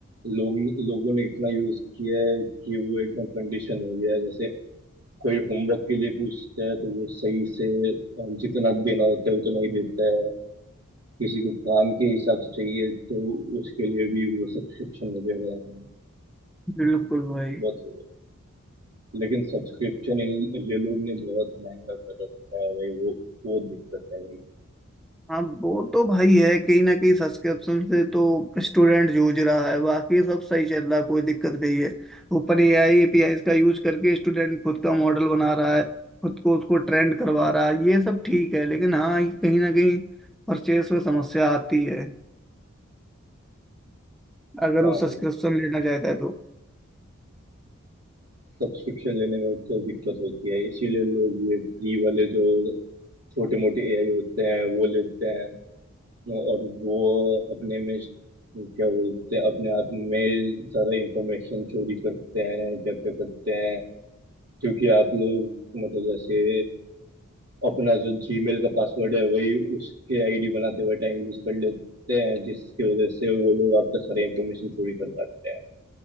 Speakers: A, on the right; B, in the centre.
A: लोग लोगों ने इतना यूज किया है कि वो एकदम कंडीशन हो गया है जैसे कोई होमवर्क के लिए पूछता है तो वो सही से अ, जितना देना होता है उतना ही देता है किसी को काम के हिसाब से चाहिए तो उसके लिए भी वो सब्सक्रिप्शन वगैरह हैं
B: बिल्कुल भाई
A: बहुत हो गया लेकिन सब्सक्रिप्शन इन ये लोग ने बहुत महंगा कर रखा है भाई वो वो दिक्कत है भाई
B: हाँ वो तो भाई है कहीं ना कहीं सब्सक्रिप्शन से तो स्टूडेंट जूझ रहा है बाकी सब सही चल रहा है कोई दिक्कत नहीं है ऊपर एआई एपीआई का यूज करके स्टूडेंट खुद का मॉडल बना रहा है खुद को उसको ट्रेंड करवा रहा है ये सब ठीक है लेकिन हाँ ये कहीं ना कहीं परचेस में समस्या आती है अगर
A: हाँ
B: वो सब्सक्रिप्शन
A: भाई
B: लेना चाहता है तो
A: सब्सक्रिप्शन लेने में तो दिक्कत होती है इसीलिए लोग ये फ्री वाले जो छोटे मोटे एआई होते हैं वो लेते हैं और वो अपने में क्या बोलते हैं अपने आप में सारा इंफॉर्मेशन चोरी करते हैं क्या क्या करते हैं क्योंकि आप लोग मतलब जैसे अपना जो जीमेल का पासवर्ड है वही उसके आईडी बनाते हुए टाइम यूज कर लेते हैं जिसकी वजह से वो लोग आपका सारा इंफॉर्मेशन चोरी कर पाते हैं